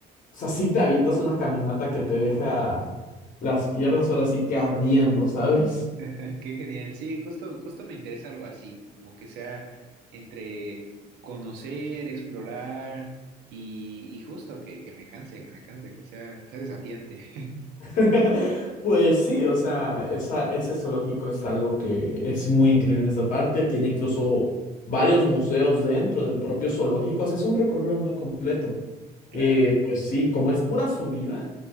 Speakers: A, on the left (about 50°); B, on the right (about 80°).
A: O sea, sí te avientas una caminata que te deja las piernas ahora sí que ardiendo, ¿sabes?
B: <laughs> Qué genial. Sí, justo, justo me interesa algo así, como que sea entre conocer, explorar y, y justo que, que me canse, que me canse, que sea, que sea desafiante. <laughs>
A: <laughs> Pues sí, o sea, esa- ese zoológico es algo que es muy increíble en esta parte. Tiene incluso varios museos dentro del propio zoológico. O sea, es un recorrido muy completo.
B: Claro.
A: Eh, pues sí, como es pura subida,